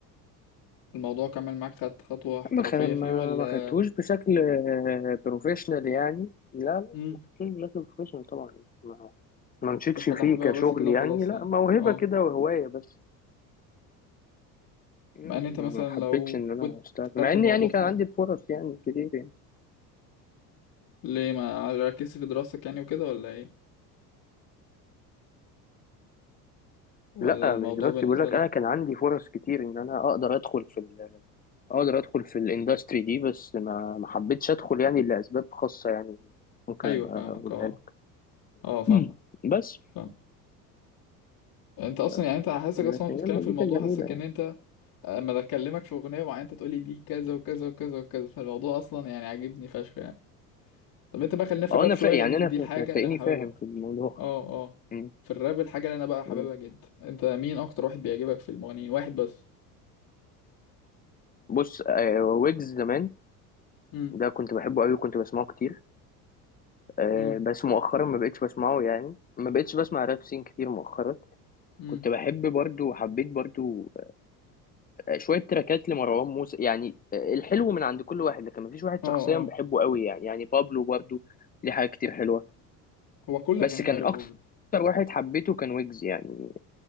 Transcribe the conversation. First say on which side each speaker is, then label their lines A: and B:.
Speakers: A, on the left; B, on the left.
A: الموضوع كمل معاك خدت خطوة احترافية
B: ما خ... ما
A: فيه ولا
B: ما خدتوش بشكل آه، بروفيشنال يعني لا لا
A: امم
B: ما خدتوش بشكل بروفيشنال طبعا ما ما مشيتش
A: كانت حاجة
B: فيه
A: حاببها
B: كشغل
A: بس كده وخلاص
B: يعني لا
A: يعني
B: موهبة
A: اه
B: كده وهواية بس مم،
A: مع ان انت مثلا
B: ما
A: لو
B: حبيتش ان انا
A: كنت
B: اشتغل مع
A: خدت
B: ان
A: الموضوع
B: يعني
A: في
B: كان عندي فرص يعني كتير يعني
A: ليه ما ركزت في دراستك يعني وكده ولا ايه ولا
B: لا
A: الموضوع
B: مش دراستي
A: بالنسبة
B: بيقول لك
A: لك
B: انا كان عندي فرص كتير ان انا اقدر ادخل في ال... اقدر ادخل في الاندستري دي بس ما ما حبيتش ادخل يعني لاسباب خاصه يعني ممكن
A: ايوه
B: ابقى
A: فاهمك
B: اقولها
A: اه
B: لك
A: اه فاهمك
B: <clears throat> بس
A: فاهم انت اصلا
B: بس
A: يعني انت حاسسك
B: لكن
A: اصلا بتتكلم
B: هي مزيكا
A: في الموضوع
B: جميله
A: حاسسك
B: يعني
A: ان انت اما بكلمك في اغنية معينة انت تقولي دي كذا وكذا وكذا وكذا فالموضوع اصلا يعني عاجبني فشخ يعني طب انت بقى خلينا في
B: اه
A: الراب
B: انا
A: شوية
B: فا... يعني
A: لان
B: انا
A: دي
B: فا...
A: الحاجة
B: هتلاقيني
A: اللي انا حاببها
B: فاهم في الموضوع
A: اه اه
B: <laughs> م-
A: في الراب الحاجة اللي انا بقى حاببها
B: م.
A: جدا انت مين اكتر واحد بيعجبك في المغنيين واحد بس
B: بص آه، ويجز زمان
A: امم
B: ده كنت بحبه قوي وكنت بسمعه كتير آه،
A: امم
B: بس مؤخرا ما بقتش بسمعه يعني ما بقتش بسمع راب سين كتير مؤخرا
A: امم
B: كنت بحب برضو وحبيت برضو شويه تراكات لمروان موسى يعني آه، الحلو من عند كل واحد لكن مفيش واحد
A: اه
B: شخصيا
A: اه
B: بحبه قوي يعني يعني بابلو برضه ليه حاجات كتير حلوه
A: هو كل
B: بس
A: اغانيه
B: كان
A: حلوه
B: اكتر
A: بوبلو
B: واحد حبيته كان ويجز يعني